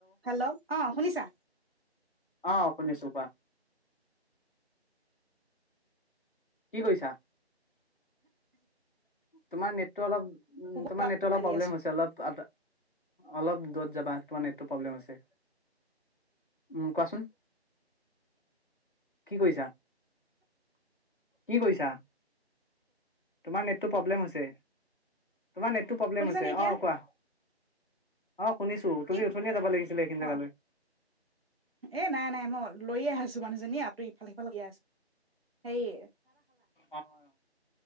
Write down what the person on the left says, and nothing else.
অ শুনিছো কোৱা। কি কৰিছা। তোমাৰ নেটটো অলপ। উম
তোমাৰ নেট অলপ
প্ৰব্লেম
হৈছে অলপ। অলপ দূৰত যাবা তোমাৰ নেটটো প্ৰব্লেম হৈছে উম কোৱাচোন কি কৰিছা কি কৰিছা তোমাৰ নেট নেটো প্ৰব্লেম হৈছে। তোমাৰ নেটটো প্ৰব্লেম
আছে অ'
কোৱা। অ শুনিছো তুমি
উথনিয়ে যাব লাগিছিলে এইখিনি জেগালৈ
অ'